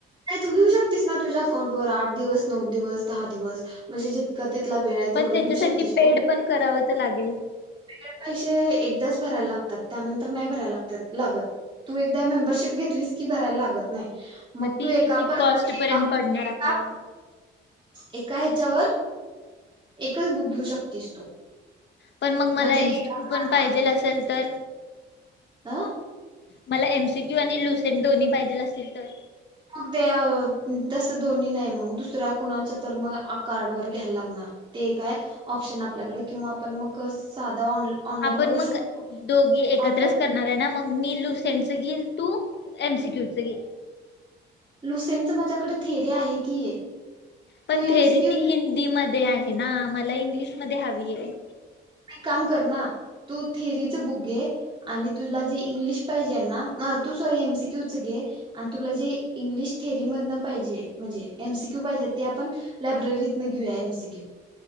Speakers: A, on the right; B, on the left.
A: नाही तू घेऊ शकतीस ना, तुझ्या अकाउंट वर आठ दिवस, नऊ दिवस, दहा दिवस म्हणजे जितका तितला वेळ आहे.
B: पण
A: तेवढा
B: त्याच्यासाठी
A: घेऊ शकतीस
B: पेड पण करावं तर लागेल.
A: तीनं पैसे एकदाच भरायला लागतात, त्यानंतर नाही भरायला लागत्यात, लागत. तू एकदा मेंबरशिप घेतलीस की, भरायला लागत नाही. मग
B: ती
A: तू एका
B: किती
A: <unintelligible>
B: कॉस्ट पर्यंत पडणार आपल्याला
A: एका हेच्यावर एकच बुक घेऊ शकतीस तू.
B: पण मग मला
A: म्हणजे एका
B: एम सी क्यू
A: कार्डवर
B: पण पाहिजेल असेल तर?
A: आ..
B: मला एमसीक्यू आणि लुसेंट दोन्ही पाहिजेल असतील तर,?
A: मग ते तसं दोन्हीं नाही मग, दुसऱ्या कुणाच्या तर मग आ कार्ड वर घ्यायला लागणार. ते काय ऑपशन आपल्याकडे किंवा आपण मग साधं ऑन ऑनलाईन
B: आपण
A: करू
B: मग
A: शकतो.
B: दोघी एकत्रच
A: ऑनलाईन
B: कर -णार आहे ना मग मी लुसेंट च घेईन, तू एमसीक्यू च घे.
A: लुसेंटच माझ्याकडे थेरी आहे की,
B: पण
A: तू
B: थेरी
A: एमसीक्यू
B: ती हिंदीमध्येध्ये आहे ना, मला इंग्लिश मध्ये हवी आहे.
A: एक काम कर ना तू थेरीच बुक घे. आणि तुला जी इंग्लिश पाहिजे ना तू सॉरी एमसीक्यू च घे. आणि तुला जे इंग्लिश थेरी मधन पाहिजे म्हणजे एमसीक्यू पाहिजे ते आपण..... लायब्ररीतन घेऊया एमसीक्यू.